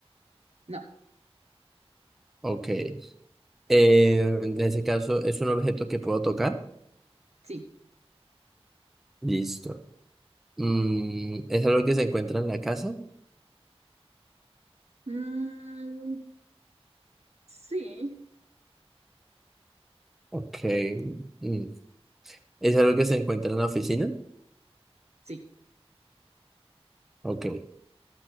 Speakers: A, on the right; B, in the centre.
A: no,
B: Ok. Eh, en ese caso, ¿es un objeto que puedo tocar?
A: sí.
B: Listo. Mm, ¿es algo que se encuentra en la casa?
A: Mm, sí,
B: Ok. Mm, ¿es algo que se encuentra en la oficina?
A: sí.
B: Ok.